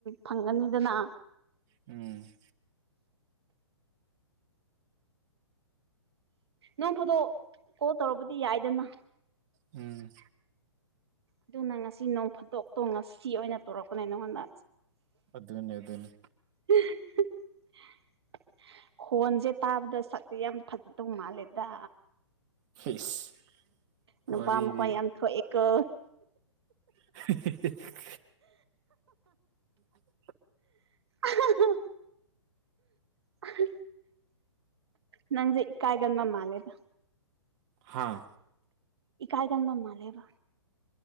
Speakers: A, on the right; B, on the right.
A: ꯐꯪꯒꯅꯤꯗꯅ
B: ꯎꯝ
A: ꯅꯣꯡꯐꯥꯗ‌ꯣꯛ ꯀꯣꯜ ꯇꯧꯔꯛꯄꯗꯤ ꯌꯥꯏꯗꯅ
B: ꯎꯝ
A: ꯑꯗꯨꯅ ꯉꯁꯤ ꯅꯣꯡ ꯐꯥꯠꯇꯣꯛꯇꯣ ꯉꯁꯤ ꯑꯣꯏꯅ ꯇꯧꯔꯛꯄꯅꯦ ꯅꯪꯉꯣꯟꯗ
B: ꯑꯗꯨꯅꯤ ꯑꯗꯨꯅꯤ
A: <unintelligible> ꯈꯣꯟꯁꯦ ꯇꯥꯕꯗ ꯁꯛꯇꯤ ꯌꯥꯝ ꯐꯖꯗꯧ ꯃꯥꯜꯂꯦꯗ
B: ꯐꯤꯁ
A: ꯅꯨꯄꯥ
B: ꯋꯥꯔꯤꯗꯤ
A: ꯃꯈꯣꯟ ꯌꯥꯝ ꯊꯣꯛꯑꯦꯀꯣ
B: <unintelligible> ꯎꯝ
A: ꯑꯍꯥ ꯑꯍꯥ ꯑꯍꯥ ꯅꯪꯖꯦ ꯀꯥꯏꯒꯟꯕ ꯃꯥꯜꯂꯦꯗ
B: ꯍꯥꯥ
A: ꯏꯀꯥꯥꯏꯒꯟꯕ ꯃꯥꯜꯂ‌ꯦꯕ